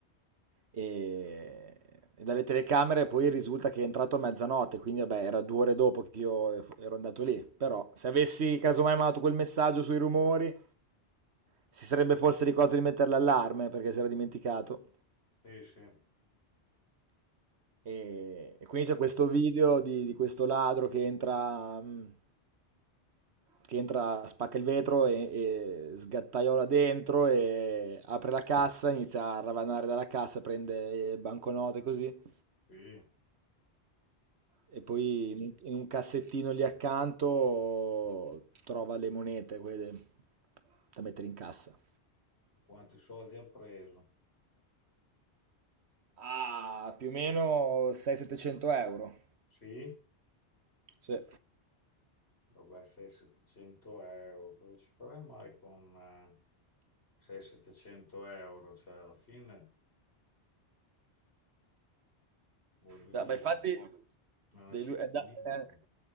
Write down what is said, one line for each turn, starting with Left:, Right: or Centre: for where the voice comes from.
Right: e, e dalle telecamere poi risulta che è entrato a mezzanotte, quindi vabbè era due ore dopo che io ero andato lì. Però se avessi casomai mandato quel messaggio sui rumori, si sarebbe forse ricordato di mettere l'allarme perché si era dimenticato.
Left: sì, sì.
Right: E, e quindi
Left: Dai,
Right: c'è questo video di, di questo ladro che entra, mh, che entra, spacca il vetro e, e sgattaiola dentro e apre la cassa, inizia a ravanare dalla cassa, prende eh, banconote così.
Left: sì.
Right: E
Left: Quanti
Right: poi in un, in un cassettino lì accanto trova le monete, quelle da mettere in cassa.
Left: quanti soldi ha preso?
Right: Ah, più o meno 600-700 euro.
Left: Sì,
Right: Sì.
Left: vabbè, 6-700 euro. Cosa ci farei mai con 6-700 euro? Cioè, alla fine... voglio
Right: Da-
Left: dire,
Right: ma infatti,
Left: è una
Right: dei
Left: città
Right: due, è, da-
Left: inimico,
Right: è-